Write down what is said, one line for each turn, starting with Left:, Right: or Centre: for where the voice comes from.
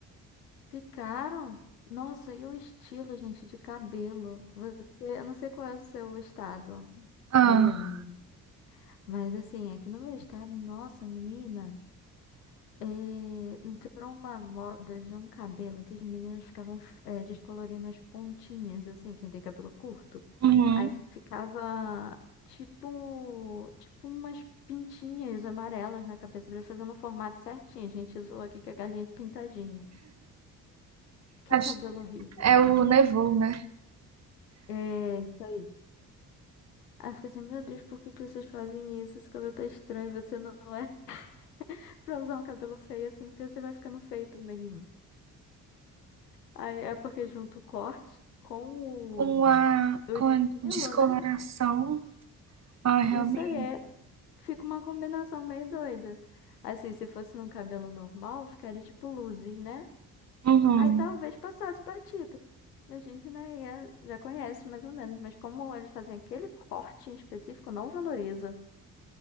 Left: Ficaram. Nossa, e o estilo, gente, de cabelo? Você, eu não sei qual é o seu estado,
Right: Ah,
Left: não lembro. Mas assim, aqui no meu estado, nossa, menina. eh, entrou uma moda de um cabelo que as meninas ficavam eh, descolorindo as pontinhas, assim, quem tem cabelo curto.
Right: Uhum.
Left: Aí ficava tipo, tipo umas pintinhas amarelas na cabeça dele, fazendo um formato certinho. A gente usou aqui que é galinha é pintadinha. Que
Right: Acho-
Left: cabelo horrível.
Right: É o Nevou, né?
Left: É, isso aí. Aí eu fico assim, meu Deus, por que que vocês fazem isso? Esse cabelo tá estranho, você não é <laughs> pra usar um cabelo feio assim, porque você vai ficando feio também. Aí é porque junto o corte com
Right: Com a,
Left: o
Right: com a
Left: Milo,
Right: descoloração,
Left: né?
Right: ah, realmente.
Left: Isso aí é, fica uma combinação meio doida. Assim, se fosse num cabelo normal, ficaria tipo luzes, né?
Right: Uhum.
Left: Aí talvez passasse batido. A gente, né, ia- já conhece mais ou menos, mas como eles fazem aquele corte em específico, não valoriza.